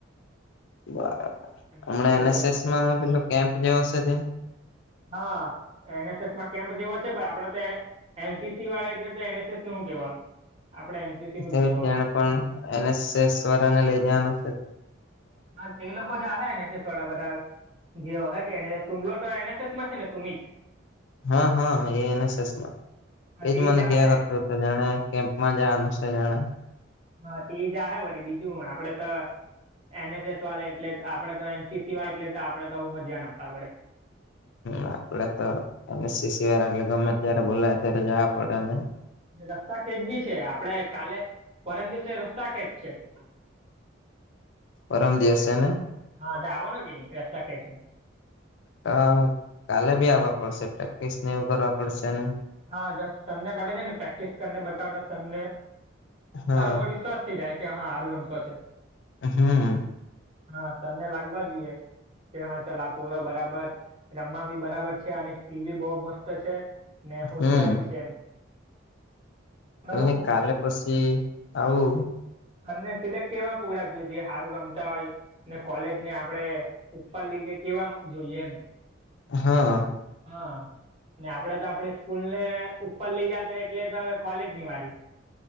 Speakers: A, on the left; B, on the right.
A: બરાબર
B: તો મેં
A: હમણા
B: બી કીધું,
A: એનએસએસમાં પેલો કેમ્પ જે હશે તે
B: હા એનએસએસમાં કેમ્પ જેવો છે પણ આપડે ત્યા એનસીસી વાળા એટલે એનએસએસ નું શું કહેવાનું? આપડે એનસીસી નું
A: તે
B: જ જોવાનું
A: જેને
B: આપણું
A: પણ એનએસસ વરાને લઈ જવાનું
B: હા એ લોકો જે હ ને થોડા બધા જેઓ હોને તુલો તો એનએસએસ માં છે ને સુમિત?
A: હા હા એ એનએસસમાં
B: હા
A: એજ
B: તે
A: મને
B: ઈ જાહે
A: ક કરતો જણે કેમ્પ માં જવાનું છે જણે
B: હા ટીવી જ હ વરી બીજું આપડે તો એનએસએસ વાળા એટલે આપડે તો એનસીસી વાળ એટલે તો આપણે તો પર જ્યાન આપવા પડે.
A: આપડે તો એ સસી વાળા એટલે ગમે જયારે બોલા ત્યારે જવા પડે ને
B: રસ્તા ખેંચ બી છે આપડે કાલે પરમ દિવસ રસ્તા ખેંચ છે. <inaudible>
A: પરમ દિવસ છે ને?
B: હા તે આવોનો કે ન રસ્તા ખેચ
A: હ કાલે બ ભી આવવા પડશે પ્રેક્ટિસ ને એવું કરવા પડશે ને?
B: હા સનને માટે જ ને પ્રેક્ટિસ કરીને બટાટા સનને
A: હા
B: કરબર વિશ્વાસ થઈ જાય કે હા આારું રમતો છે.
A: હમ
B: હા તમને લાગવા જોઈએ. તે હા ચાલ આ પોરો બરાબર રમવા બી બરાબર છે. અને સ્કીલ બી બહુ મસ્ત છે. ને હોશિયાર
A: હમ
B: બી છે એમ. સર હું
A: એ કાલે પછી આવુ?
B: તમને સિલેક્ટ કેવા પૂરા જોઈએ જે સારું રમતા હોય અને કોલેજ ને આપડણે ઉપર લઈધ કેવા જોઈએ એમ.
A: હા
B: હા ને આપડે તો આપડી સ્કૂલ ને ઉપર લઈ જતા એટલે તો હવે કોલેજ ની વારી.